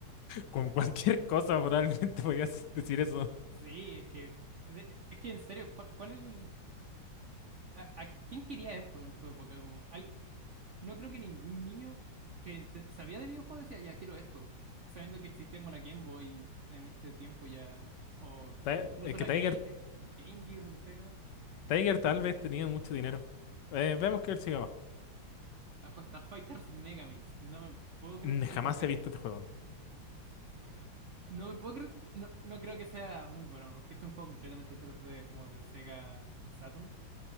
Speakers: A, on the left (about 70°); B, on the right (about 65°).
A: Con cualquier cosa probablemente <laughs> podías decir eso.
B: Sí, es que, de- es que en serio, ¿cuál, cuál es el, a, a- ¿quién quería esto en su época? Como, al- no creo que ningún niño que ente- sabía de videojuegos decía, ya quiero esto, sabiendo que existía como la Game Boy en este tiempo ya, o
A: Ti-
B: incluso
A: Es que
B: la
A: Tiger,
B: Game, eh, Game Gear de Sega.
A: Tiger tal vez tenía mucho dinero. Eh, veamos que él sigue abajo.
B: Abajo está Fighters Megamix. No me puedo creer
A: Mm,
B: que este
A: Jamás
B: juego está...
A: he visto este juego.
B: eh, no me puedo creer que... No, no creo que sea muy bueno, porque este es un juego completamente 3D como de Sega Saturn.